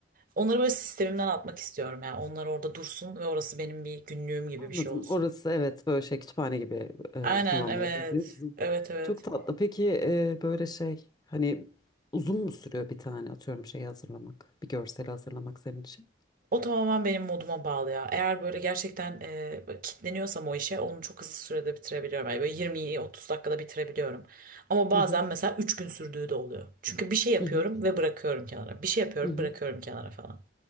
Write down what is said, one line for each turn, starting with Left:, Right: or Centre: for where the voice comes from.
Right: onları böyle sistemimden atmak istiyorum. Yani onlar orada dursun ve orası benim bir günlüğüm gibi
Left: Anladım.
Right: bir şey olsun.
Left: Orası evet böyle şey kütüphane gibi e,
Right: Aynen
Left: kullanmayı
Right: evet.
Left: tercih
Right: Evet evet.
Left: Çok tatlı. Peki e, böyle şey hani uzun mu sürüyor bir tane atıyorum şeyi hazırlamak? Bir görseli hazırlamak senin için?
Right: O tamamen benim moduma bağlı ya. Eğer böyle gerçekten e, böyle kitleniyorsam o işe onu çok hızlı sürede bitirebiliyorum. Yani böyle 20-30 dakikada bitirebiliyorum. Ama bazen
Left: Hı hı.
Right: mesela 3 gün sürdüğü de oluyor. Çünkü bir şey yapıyorum
Left: Hı hı.
Right: ve bırakıyorum kenara. Bir şey yapıyorum
Left: Hı hı.
Right: bırakıyorum kenara falan.